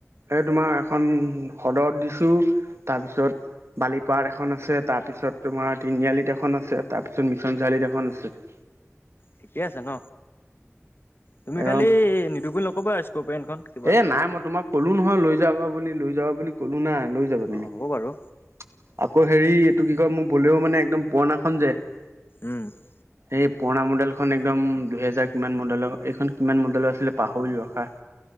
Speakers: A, on the right; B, on the left.
A: এই তোমাৰ এখন সদৰত দিছোঁ, তাৰপিছত <inaudible> বালিপাৰাত এখন আছে, তাৰপিছত তোমাৰ তিনিআলিত এখন আছে, তাৰপিছত মিছন চাৰিআলিত এখন আছে। <inaudible>
B: ঠিকেই আছে ন। তুমি খালি
A: উম
B: নিদু বুলি নকবা আৰু স্কৰপিঅ এণ খন? <inaudible>
A: এ নাই মই তোমাক কলো নহয় লৈ যাবা বুলি, লৈ যাবা বুলি কলো না, লৈ যাবা তুমি।
B: অঁ হ'ব বাৰু
A: <inaudible> আকৌ হেৰি এইটো কি কয় মোৰ বলেৰ' মানে একদম পুৰণাখন যে <unintelligible>
B: উম। <inaudible>
A: এই পুৰণা মডেলখন একদম দুহেজাৰ কিমান মডেলৰ? এইখন কিমান মডেলৰ আছিলে পাহৰিলো ৰখা। <inaudible>